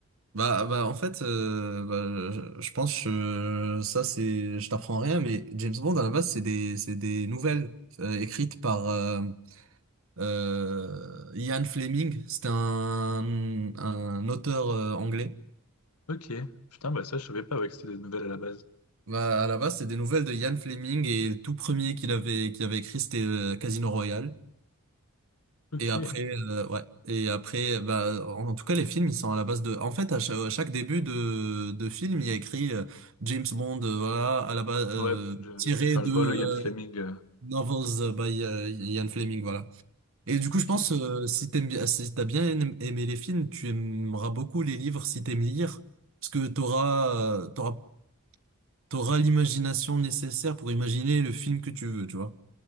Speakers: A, on the right (about 65°); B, on the left (about 85°).
A: Bah, bah, en fait, euh, bah, je, je pense que ça, c'est, je t'apprends rien, mais James Bond à la base, c'est des, c'est des nouvelles euh, écrites par euh, Euh, Ian Fleming, c'était un, un auteur euh, anglais.
B: Ok, putain, bah ça, je savais pas ouais, que c'était des nouvelles à la base.
A: Bah, à la base, c'est des nouvelles de Ian Fleming et le tout premier qu'il avait qu'il avait écrit, c'était euh, Casino Royale.
B: Ok,
A: Et après, euh, ouais. Et après, bah, en, en tout cas, les films, ils sont à la base de. En fait, à cha- à chaque, début de, de film, il y a écrit euh, James Bond, euh, voilà, à la base euh,
B: ouais, je, je-
A: tiré
B: enfin,
A: de
B: je vois
A: euh,
B: le Ian Fleming. euh,
A: novels by euh, Ian Fleming, voilà. Et du coup,
B: Ok,
A: je pense, euh, si t'aimes bien, si t'as bien aim- aimé les films, tu aimeras beaucoup les livres si t'aimes lire, parce que t'auras, euh, t'auras, t'auras l'imagination nécessaire pour imaginer le film que tu veux, tu vois.